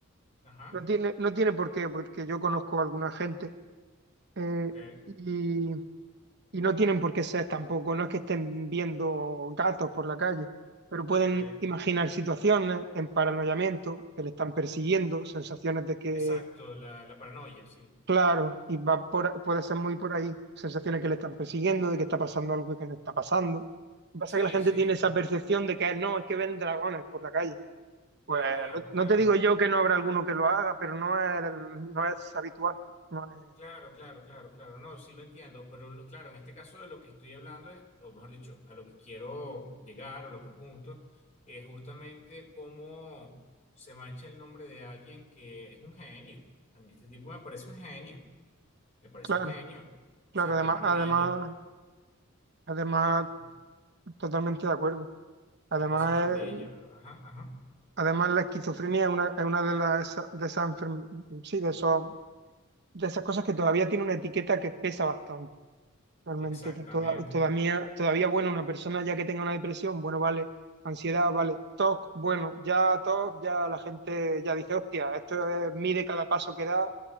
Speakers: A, on the left; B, on the right.
A: ajá,
B: no tiene, no tiene por qué, porque yo conozco a alguna gente eh,
A: ok,
B: y, y no tienen por qué ser tampoco, no es que estén viendo gatos por la calle, pero pueden
A: ok,
B: imaginar situaciones en paranoiamiento, que le están persiguiendo, sensaciones de que
A: exacto, la, la paranoia, sí.
B: Claro, y va por, puede ser muy por ahí, sensaciones que le están persiguiendo, de que está pasando algo que no está pasando. Lo que pasa
A: Sí,
B: es que la gente
A: sí,
B: tiene esa percepción de que no, es que ven dragones por la calle. Pues
A: claro,
B: no,
A: claro.
B: no te digo yo que no habrá alguno que lo haga, pero no es, no es habitual. No es,
A: Claro, claro, claro, claro, no, sí lo entiendo, pero lo- claro, en este caso de lo que estoy hablando, es- o mejor dicho, a lo que quiero llegar, a lo que apunto, es justamente cómo se mancha el nombre de alguien que es un genio. A mí este tipo me parece un genio, me parece
B: claro,
A: un genio.
B: claro,
A: O sea,
B: además,
A: qué maravilla,
B: además, además,
A: qué, co-
B: totalmente de acuerdo. Además,
A: qué cosa tan bella.
B: el-
A: Ajá, ajá,
B: además la esquizofrenia es una, es una de las de esas enferm- sí, de esos, de esas cosas que todavía tiene una etiqueta que pesa bastante. Realmente
A: exactamente.
B: que toda- todavía, todavía, bueno, una persona ya que tenga una depresión, bueno, vale, ansiedad, vale, TOC, bueno, ya TOC, ya la gente ya dice, hostia, esto es- mide cada paso que da